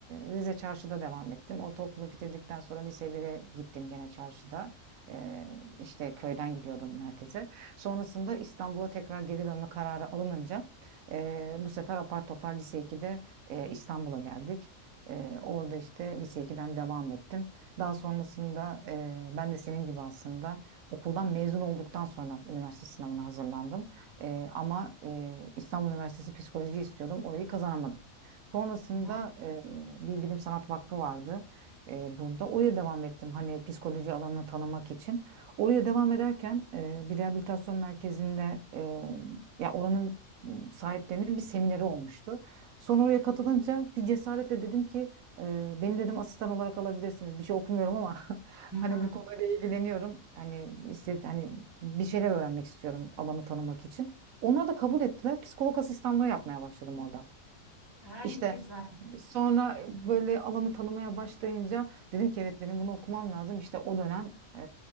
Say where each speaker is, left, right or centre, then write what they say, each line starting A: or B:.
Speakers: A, on the right; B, on the right.
A: Rize Çarşı'da devam ettim. Ortaokulu bitirdikten sonra lise 1'e gittim gene çarşıda. E, işte köyden gidiyordum merkeze. Sonrasında İstanbul'a tekrar geri dönme kararı alınınca e, bu sefer apar topar lise iki'de e, İstanbul'a geldik. E, orada işte lise iki'den devam ettim. Daha sonrasında e, ben de senin gibi aslında okuldan mezun olduktan sonra üniversite sınavına hazırlandım. E, ama e, İstanbul Üniversitesi psikoloji istiyordum. Orayı kazanamadım. Sonrasında
B: Hı hı.
A: e, bir bilim sanat vakfı vardı e, burada. Oraya devam ettim. Hani psikoloji alanını tanımak için. Oraya devam ederken e, bir rehabilitasyon merkezinde e, ya oranın sahiplerinin bir semineri olmuştu. Sonra oraya katılınca bir cesaretle dedim ki e, beni dedim asistan olarak alabilirsiniz. Bir şey okumuyorum ama <laughs>
B: Hı
A: hani
B: hı.
A: bu konuyla ilgileniyorum. Hani istedi hani bir şeyler öğrenmek istiyorum alanı tanımak için. Onlar da kabul ettiler. Psikolog asistanlığı yapmaya başladım orada.
B: Ha,
A: İşte
B: ne güzel.
A: sonra böyle alanı tanımaya başlayınca dedim ki evet benim bunu okumam lazım. İşte o dönem e,